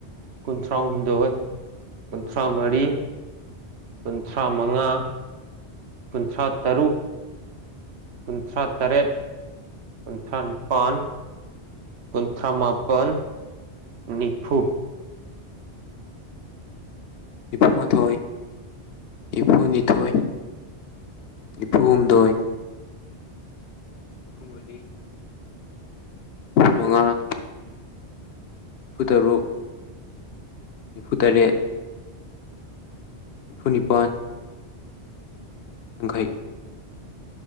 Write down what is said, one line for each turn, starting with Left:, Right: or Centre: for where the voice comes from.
Right: ꯀꯨꯟꯊ꯭ꯔꯥꯍꯨꯝꯗꯣꯏ ꯀꯨꯟꯊ꯭ꯔꯥꯃꯔꯤ ꯀꯨꯟꯊ꯭ꯔꯥꯃꯉꯥ ꯀꯨꯟꯊ꯭ꯔꯥꯇꯔꯨꯛ ꯀꯨꯟꯊ꯭ꯔꯥꯇꯔꯦꯠ ꯀꯨꯟꯊ꯭ꯔꯥꯅꯤꯄꯥꯟ ꯀꯨꯟꯊ꯭ꯔꯥꯃꯥꯄꯟ ꯅꯤꯐꯨ
Left: ꯅꯤꯐꯨꯃꯥꯊꯣꯏ ꯅꯤꯐꯨꯅꯤꯊꯣꯏ ꯅꯤꯐꯨꯍꯨꯝꯗꯣꯏ ꯅꯤꯐꯨꯃꯔꯤ ꯅꯤꯐꯨꯃꯉꯥ ꯅꯤꯐꯨꯇꯔꯨꯛ ꯅꯤꯐꯨꯇꯔꯦꯠ ꯅꯤꯐꯨꯅꯤꯄꯥꯟ ꯌꯥꯡꯈꯩ